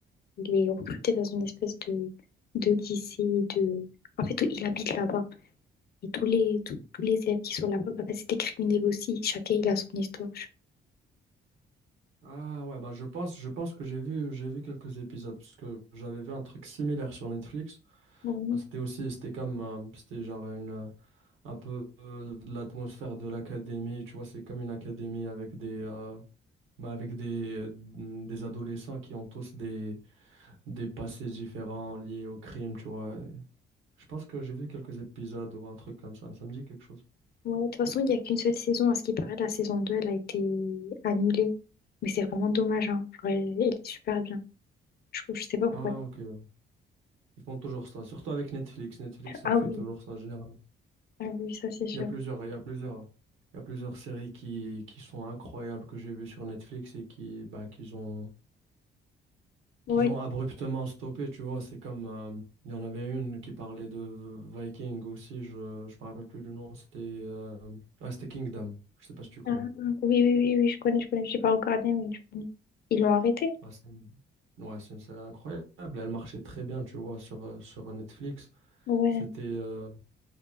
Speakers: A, on the left; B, on the right.
A: il est recruté dans une espèce de, de lycée, de... En fait, il habite là-bas. Et tous les, tous tous les élèves qui sont là-bas, bah, bah, c'est des criminels aussi. Chacun, il a son histoire.
B: Ah ouais, bah je pense, je pense que j'ai vu, j'ai vu quelques épisodes parce que j'avais vu un truc similaire sur Netflix.
A: Ouais.
B: Bah, c'était aussi, c'était comme, euh, c'était genre une, euh, un peu euh, de l'atmosphère de l'académie. Tu vois, c'est comme une académie avec des, euh, mais avec des, des adolescents qui ont tous des, des passés différents liés au crime, tu vois. Je pense que j'ai vu quelques épisodes ou un truc comme ça. Ça me dit quelque chose.
A: Ouais, de toute façon, il n'y a qu'une seule saison. À ce qui paraît, la saison 2 elle a été annulée. Mais c'est vraiment dommage, hein. Genre, elle, elle est super bien. Je, je sais pas pourquoi.
B: Ah, ok. Ils font toujours ça. Surtout avec Netflix. Netflix, ça
A: Ah
B: le fait
A: oui,
B: toujours ça, généralement.
A: ah oui, ça c'est sûr.
B: Il y a plusieurs, il y a plusieurs, il y a plusieurs séries qui, qui sont incroyables que j'ai vues sur Netflix et qui, bah, qu'ils ont,
A: Ouais.
B: qu'ils ont abruptement stoppé, tu vois. C'est comme, euh, il y en avait une qui parlait de Viking aussi, je, je me rappelle plus du nom, c'était euh, ah, c'était Kingdom, je sais pas si tu connais.
A: Ah, ah. oui, oui, oui, oui, je connais, je connais. J'ai pas regardé, mais je connais. Ils l'ont arrêté?
B: Ah, c'est une- ouais, c'est une série incroyable, elle marchait très bien, tu vois, sur, euh, sur Netflix.
A: Ouais.
B: C'était, euh,